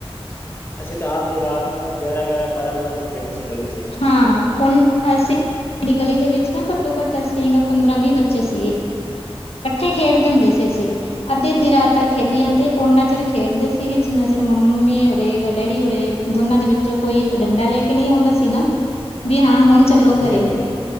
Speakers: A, on the left; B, on the left.
A: ਅਸੀਂ ਤਾਂ ਆਪ ਜੀ ਰਾਤ ਨੂੰ ਗਿਆਰਾਂ-ਗਿਆਰਾਂ ਬਾਰਾਂ ਬਾ ਵਜੇੇ ਤਕ ਖੇਡਦੇ ਸੀ ਗਲੀ ਚ।
B: ਹਾਂ ਓਨ ਅਸੀ ਅਪਨੀ ਗਲੀ ਦੇ ਵਿੱਚ ਨਾ ਘੱਟੋ-ਘੱਟ ਅਸੀ ਪੰਦਰਾਂ ਵੀਹ ਬੱਚੇ ਸੀਗੇ। ਕੱਠੇ ਖੇਡਦੇ ਹੁੰਦੇ ਸੀ ਅਸੀ। ਅੱਧੀ-ਅੱਧੀ ਰਾਤ ਤੱਕ ਖੇਡੀ
A: ਅੱਛਾ
B: ਆਂਦੇ
A: ਜੀ,
B: ਓਨਾ ਚੇਰ ਖੇਡਦੇ ਸੀ ਸੀਗੇ ਜਿੰਨਾ ਚਿਰ ਮੰਮੀ ਹੋਰੇ ਜਾਂ ਡੈਡੀ ਹੋਰੇ ਦੋਨਾਂ ਦੇ ਵਿੱਚੋਂ ਕੋਈ ਇੱਕ ਡੰਡਾ ਲੈ ਕੇ ਨਈ ਆਉਂਦਾ ਸੀ ਨਾ। ਬੀ ਹਾਂ ਹੁਨ ਚੱਲੋ
A: ਹਾਂਜੀ-ਹਾਂਜੀ,
B: ਘਰੇ,